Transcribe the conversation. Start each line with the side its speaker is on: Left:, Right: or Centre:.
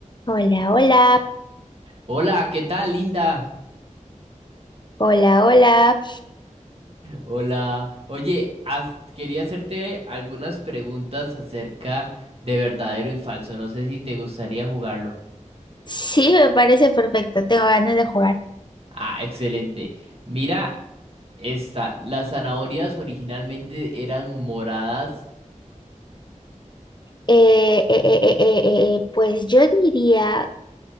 Left: Hola, hola,
Right: Hola, ¿qué tal, Linda?
Left: hola, hola.
Right: Hola. Oye, haz- quería hacerte algunas preguntas acerca de verdadero y falso. No sé si te gustaría jugarlo.
Left: Sí, me parece perfecto. Tengo ganas de jugar.
Right: Ah, excelente. Mira esta. Las zanahorias originalmente eran moradas.
Left: Eh, eh, eh, eh, eh, eh, eh, pues yo diría